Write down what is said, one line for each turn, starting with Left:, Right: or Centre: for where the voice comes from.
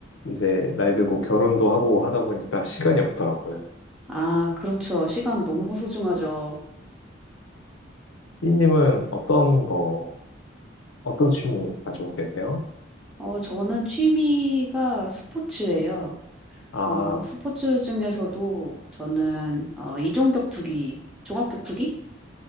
Left: 이제 나이 들고 결혼도 하고 하다 보니까 시간이 없더라고요.
Centre: 아, 그렇죠. 시간 너무 소중하죠.
Left: 삐님은 어떤 거, 어떤 취미 가지고 계세요?
Centre: 어, 저는 취미가 스포츠예요.
Left: 아,
Centre: 어, 스포츠 중에서도 저는 어, 이종격투기, 종합격투기를